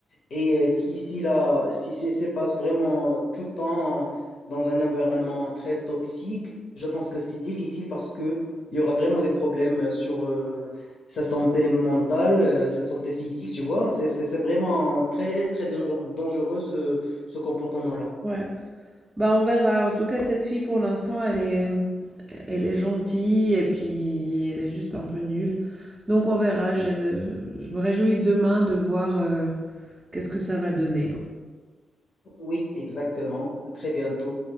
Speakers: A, on the left; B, on the right.
A: Et euh, si, si, la, si c'est se passe vraiment tout le temps dans un environnement très toxique, je pense que c'est difficile parce que il y aura vraiment des problèmes sur euh, sa santé mentale, euh, sa santé physique, tu vois. C'est c'est- c'est vraiment très, très dangereux dangereux, ce, ce comportement-là.
B: Ouais. Bah on verra. En tout cas, cette fille pour l'instant, elle est, elle est gentille et puis elle est juste un peu nulle. Donc on verra. Je, je me réjouis demain de voir euh, qu'est-ce que ça va donner.
A: Oui, exactement. À très bientôt.